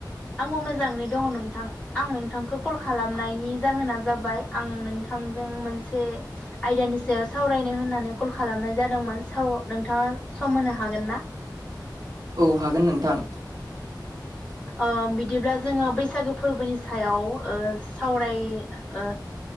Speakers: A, on the left (about 15°); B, on the right (about 55°).
A: आंबो मोजाङैनो दङ नोंथां। आं नोंथांखौ कल खालामनायनि जाहोना जाबाय आं नोंथांजों मोनसे आयदानि सायाव सावरायनो होननानै कल खालामनाय जादोंमोन साव नोंथाङा सम होनो हागोन ना?
B: औ हागोन नोंथां।
A: ओ बिदिब्ला जोङो बैसागो फोरबोनि सायाव ओ सावराय ओ